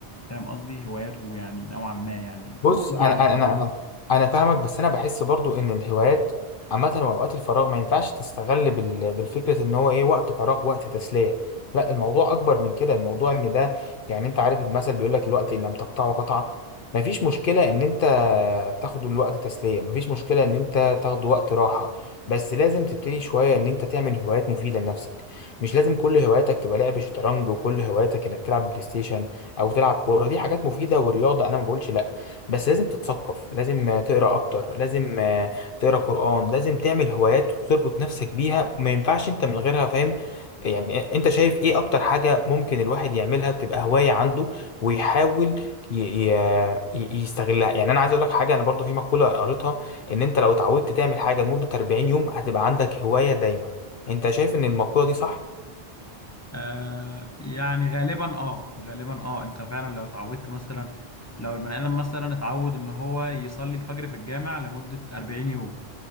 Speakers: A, on the left (about 20°); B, on the left (about 60°).
A: فاهم قصدي هواياته يعني نوعا ما يعني
B: بص
A: بيجي
B: انا
A: على هواياته
B: انا انا انا فاهمك بس انا بحس برضو ان الهوايات عامه واوقات الفراغ ما ينفعش تستغل بال- بالفكره ان هو ايه وقت فراغ وقت تسليه لا الموضوع اكبر من كده الموضوع ان ده يعني انت عارف المثل بيقول لك الوقت اللي لم تقطعه قطعك ما فيش مشكله ان انت تاخد الوقت تسليه ما فيش مشكله ان انت تاخد وقت راحه بس لازم تبتدي شويه ان انت تعمل هوايات مفيده لنفسك مش لازم كل هواياتك تبقى لعب شطرنج وكل هواياتك انك تلعب بلاي ستيشن او تلعب كوره دي حاجات مفيده ورياضه انا ما بقولش لا، بس لازم تتثقف لازم آه، تقرا اكتر لازم آه، تقرا قرآن لازم تعمل هوايات تربط نفسك بيها ما ينفعش انت من غيرها فاهم يعني انت شايف ايه اكتر حاجة ممكن الواحد يعملها تبقى هواية عنده ويحاول ي- ي- ي- يستغلها يعني انا عايز اقول لك حاجة انا برضو في مقولة قريتها ان انت لو اتعودت تعمل حاجة لمدة 40 يوم هتبقى عندك هواية دايمة انت شايف ان المقولة دي صح
A: آه يعني غالبا اه غالبا اه انت فعلا لو اتعودت مثلا لو البني ادم مثلا اتعود ان هو يصلي الفجر في الجامع لمدة 40 يوم